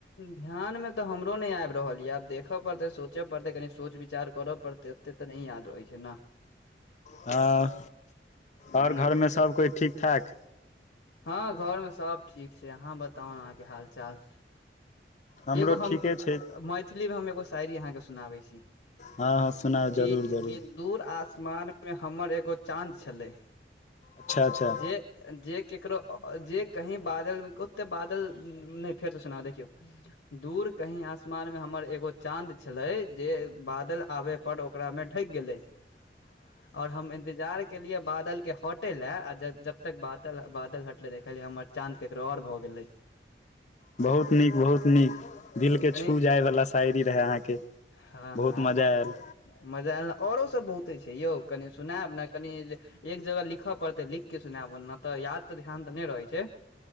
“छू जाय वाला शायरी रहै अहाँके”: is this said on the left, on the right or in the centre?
Left